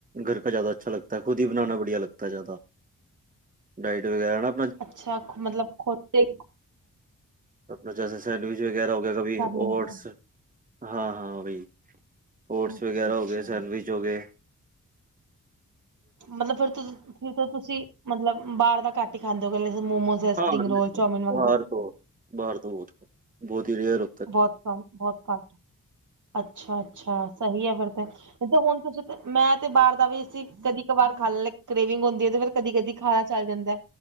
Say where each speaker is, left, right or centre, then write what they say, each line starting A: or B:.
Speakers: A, on the right; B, on the right.
A: ਘਰ ਜ਼ਿਆਦਾ ਅੱਛਾ ਲਗਦਾ ਹੈ ਖੁਦ ਹੀ ਬਣਾਨਾ ਬੜੀਆ ਲਗਦਾ ਹੈ ਜ਼ਿਆਦਾ। ਡਾਇਟ ਵਗੈਰਾ ਨਾ
B: ਅੱਛਾ ਮਤਲਬ ਖੋਤੇ
A: ਅਪਣਾ ਜੈਸੇ ਸੈਂਡਵਿਚ ਵਗੈਰਾ ਹੋ ਗਿਆ ਸਭੀ
B: ਲੈਂਦੇ
A: ਓਟਸ
B: ਹੋ।
A: ਹਾਂ ਹਾਂ ਬਈ ਓਟਸ
B: ਅੱਛਾ
A: ਵਗੈਰਾ
B: ਅੱਛਾ
A: ਹੋ ਗਏ ਸੈਂਡਵਿਚ ਹੋ ਗਏ।
B: ਮਤਲਬ ਫੇਰ ਤੁ ਫੇਰ ਤੁਸੀਂ ਮਤਲਬ ਬਾਹਰ ਦਾ ਘੱਟ ਈ ਖਾਂਦੇ ਹੋਗੇ ਮੋਮੋਸ। ਹੈ
A: ਹਾਂ
B: ਸਪਰਿੰਗ ਰੋਲ ਚੌਮਿਨ ਵਗੈਰਾ
A: ਬਾਹਰ ਤੋਂ ਬਾਰਹਰ ਤੋਂ ਬੋਹਤ ਈ ਰੇਅਰ
B: ਬਹੁਤ ਕੰਮ ਬਹੁਤ ਘੱਟ ਅੱਛਾ ਅੱਛਾ ਸਹੀ ਹੈ ਫਿਰ ਤੇ ਤੇ ਹੁਣ ਤੁਸੀਂ ਮੈਂ ਤੇ ਬਾਹਰ ਦਾ ਵੀ ਇਸ ਕਦੀ ਕ ਵਾਰ ਖਾਣ ਲ ਕੇਵਿੰਗ ਹੁੰਦੀ ਹੈ ਤੇ ਫਿਰ ਕਦੀ ਕਦੀ ਖਾਨਾ ਚੱਲ ਜਾਂਦਾ